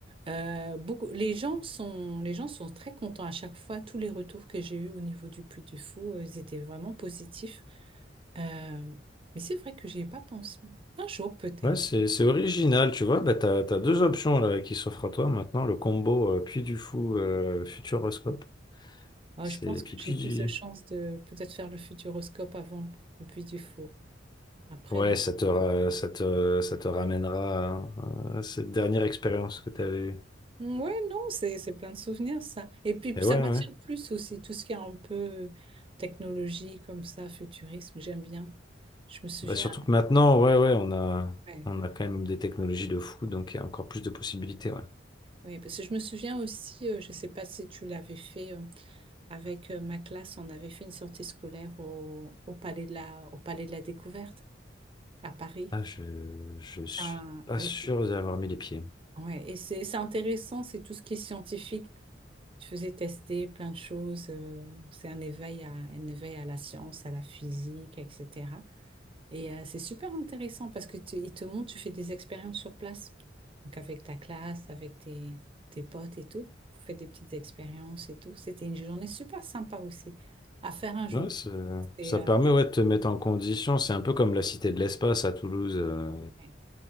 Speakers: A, on the right; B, on the left.
A: Euh, beaucoup, les gens sont, les gens sont très contents à chaque fois. Tous les retours que j'ai eus au niveau du Puy du Fou, euh, ils étaient vraiment positifs. Euh, mais c'est vrai que j'y ai pas pensé. Un jour peut-être.
B: Ouais, c'est c'est original, tu vois. Bah, t'as, t'as deux options là, qui s'offrent à toi maintenant, le combo euh, Puy du Fou euh, Futuroscope.
A: Ouais,
B: C'est
A: je pense
B: et puis
A: que j'ai
B: puis
A: plus de chances de peut-être faire le futuroscope avant le Puy du Fou. Après,
B: ouais,
A: bon,
B: ça te ra- ça te ça te ramènera à, à cette dernière expérience que tu avais eue.
A: ouais, non, c'est c'est plein de souvenirs, ça. Et puis,
B: Et
A: ça
B: ouais ouais.
A: m'attire plus aussi, tout ce qui est un peu technologie comme ça, futurisme, j'aime bien. Je me souviens,
B: Bah, surtout que maintenant, ouais ouais, on a
A: ouais,
B: on a quand même des technologies de fou, donc il y a encore plus de possibilités, ouais.
A: ouais, parce que je me souviens aussi, euh, je ne sais pas si tu l'avais fait, euh, avec euh, ma classe, on avait fait une sortie scolaire au, au Palais de la, au Palais de la Découverte à Paris.
B: Ah, je je suis
A: Ça-
B: pas
A: et
B: sûr
A: c'est-
B: d'avoir mis les pieds.
A: ouais, et c'est c'est intéressant, c'est tout ce qui est scientifique. Je faisais tester plein de choses. euh, c'est un éveil à, un éveil à la science, à la physique, etc. Et euh, c'est super intéressant parce que tu, ils te montrent, tu fais des expériences sur place. Donc avec ta classe, avec tes, tes potes et tout. Vous faites des petites expériences et tout. C'était une journée super sympa aussi à faire un jour.
B: Ouais, ça,
A: Et,
B: ça
A: euh,
B: permet ouais, de te mettre en condition. C'est un peu comme la Cité de l'Espace à Toulouse. euh,
A: ouais.